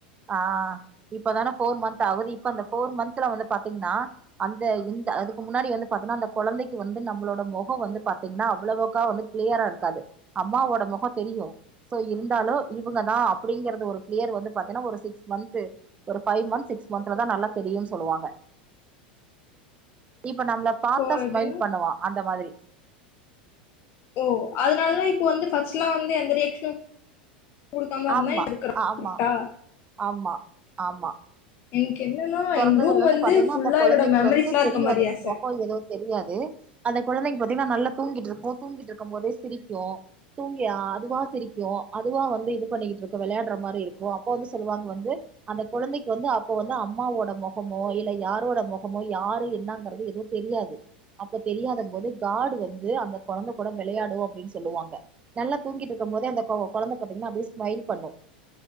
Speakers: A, on the right (about 25°); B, on the left (about 45°).
A: ஆ இப்பதான ஃபோர் மந்த் ஆகுது இப்ப அந்த போர் மந்த்தல வந்து பாத்தீங்கன்னா அந்த இந்த அதுக்கு முன்னாடி வந்து பாத்தீங்கன்னா அந்த கொழந்தைக்கு வந்து நம்மளோட மொகோ வந்து பாத்தீங்கன்னா அவ்வளவுக்கா வந்து கிளியரா இருக்காது அம்மாவோட மொக தெரியு கிளியரா இருக்காது சோ இருந்தாலு இவங்கதா அப்படிங்கறது ஒரு பிளியர் வந்து பாத்தீங்கன்னா ஒரு சிக்ஸ் மந்த்து ஒரு ஃபைவ் மந்த் சிக்ஸ் மந்த்லதா நல்லா தெரியுன் சொல்லுவாங்க இப்ப நம்மள பாத்தா
B: இப்போ
A: ஸ்மைல்
B: எப்டின்னா
A: பண்ணுவா அந்த மாதிரி
B: ஓ அதனாலதா இப்ப வந்து ஃபர்ஸ்ட்லா வந்து எந்த ரியாக்ஷன்னு குடுக்காம இருந்த
A: ஆமா
B: இப்ப குடுக்கற
A: ஆமா
B: கரெக்டா
A: ஆமா ஆமா
B: எனக் என்னன்னா
A: பொறந்ததுல
B: எங்க ரூம்
A: இருந்து
B: வந்து
A: பாத்தீங்ன்னா
B: ஃபுல்லா
A: அந்த குழந்தைக்கு
B: என்னோட மெமரிஸ்லா
A: வந்து
B: இருக்க
A: தெரியாது
B: மாரி ஆச
A: கோ ஏதோ தெரியாது அந்த குழந்தைங் பாத்தீங்கன்னா நல்லா தூங்கிட்டு இருக்கு தூங்கிட்டு இருக்கும் போதே சிரிக்கு தூங்கியா அதுவா சிரிக்கு அதுவா வந்து இது பண்ணிக்கிட்டு இருக்கு விளையாடுற மாரி இருக்கு அப்ப வந்து சொல்லுவாங்க வந்து அந்த குழந்தைக் வந்து அப்போ வந்து அம் மாவோட மொகமோ இல்ல யாரோட மொகமோ யாரு என்னங்கறிறது எது தெரியாது அப்ப தெரியாத போது காடு வந்து அந்த கொழந்த கூட வெளையாடு அப்டின் சொல்லுவாங்க நல்லா தூங்கிட்டு இருக்கும் போதே அந்த கொ கொழந்த பாத்தீங்கன்னா அப்படியே ஸ்மைல் பண்ணு